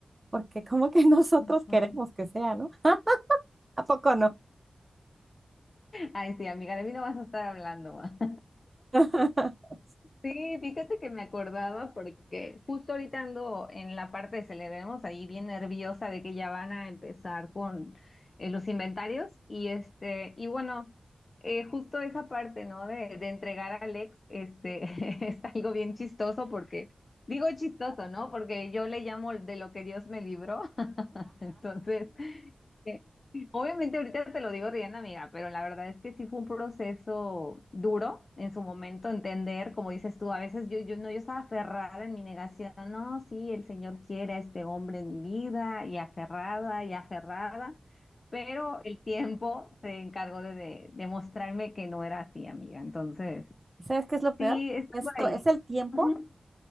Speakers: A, on the right; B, on the left.
A: porque como que <laughs> nosotros
B: Ujú.
A: queremos que sea, ¿no? ¿A poco no?
B: Ay, sí, amiga, de mí no vas a estar hablando. <laughs> ma.
A: <laughs>
B: Sí, fíjate que me acordaba porque justo ahorita ando en la parte de celebremos ahí bien nerviosa de que ya van a empezar con eh, los inventarios y este y bueno eh, justo esa parte ¿no? de, de entregar al ex este <laughs> es algo bien chistoso porque digo chistoso ¿no? porque yo le llamo de lo que Dios me libró entonces, eh, obviamente ahorita te lo digo riendo, amiga, pero la verdad es que sí fue un proceso duro en su momento entender, como dices tú, a veces yo, yo no, yo estaba aferrada en mi negación, no, sí, el Señor quiere a este hombre en mi vida, y aferrada, y aferrada, pero el tiempo se encargó de, de, de mostrarme que no era así, amiga. Entonces,
A: ¿Sabes qué es lo peor?
B: sí, está
A: Esto
B: por ahí.
A: es el tiempo
B: Ujú.